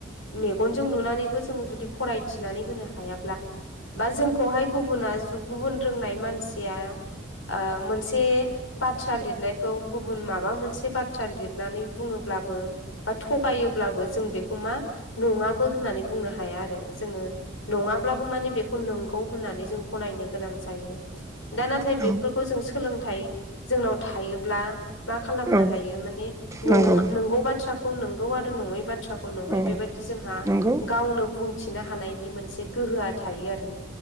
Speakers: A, on the left; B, on the right.
A: मेगनजों नुनानैबो जों जुदि फरायथिनानै होनो हायाब्ला। बा जोंखौहाय गुबुना गुबुन रोंनाय मानसिया। आ मोनसे बाथ्रा लिर नायखौ गुबुन माबा मोनसे बाथ्रा लिरनानै बुङोब्लाबो बा थगायोब्ला जों बे बेखौ मा नङाबो होननानै बुंनो हाया आरो। जोङो नङाब्लाबो माने बेखौ नंगौ हो ननानै जों गनायनो गोनां जायो। दा नाथाय बेफोरखौ
B: औ
A: जों सोलोंथाइ जोंनाव थायोब्ला। मा खालामनो
B: औ
A: हायो माने न
B: नंगौ
A: नोंगौ बाथ्राखौ नोंगौ आरो नङै बाथ्राखौ। नङै
B: औ
A: बेबायाददि जोंहा
B: नंगौ
A: गावनो बुंथिनो हानायनि मोनसे गोहोआ थायो आरो।